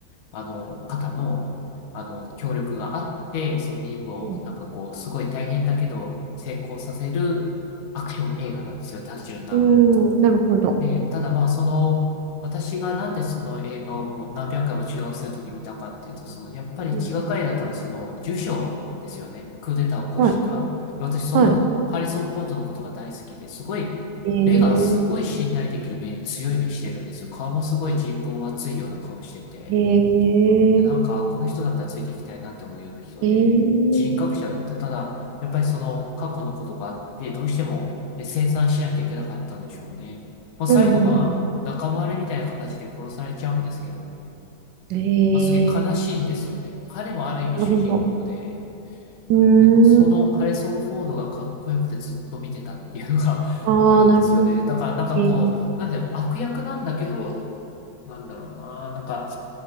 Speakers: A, on the left; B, on the right.
A: あの、方の、あの、協力があって、その任務を、
B: うん。
A: なんかこう、すごい大変だけど、成功させるアクション映画なんですよ、単純な。
B: うんなるほど。
A: えーただまあ、その、私がなんでその映画をもう何百回も中学生の時に見たかっていうと、その、やっぱり気がかりだったのは、
B: うん。
A: その、受賞ですよね。クーデターを起こした。
B: はい。
A: 私、その、
B: は
A: ハリソン・フォードのことが大好きで、すごい、
B: い。え
A: 目がすごい信頼できる目、強い目してるんですよ。顔もすごい人望厚いような顔してて。
B: ー。えー。
A: なんか、この人だったらついていきたいなって思うような人で、
B: えー。
A: 人格者だった。ただ、やっぱりその過去のことがあって、どうしても、ね、清算しなきゃいけなかったんでしょうね。まあ、最後、
B: うん。
A: まあ、
B: う
A: 仲間割れみたいな形で殺されちゃうんですけど、
B: ん。え
A: まあ、すげえ悲しいんですよね。彼もある意味主人公で、
B: ー。なるほど。うーん。
A: で、まあ、そのハリソン・フォードがかっこよくてずっと見てたっていうのが
B: ああ、
A: <laughs> あるんですよね。
B: なるほど。
A: だから、なんかこう、
B: えー。
A: なんで悪役なんだけど、なんだろうな。なんか、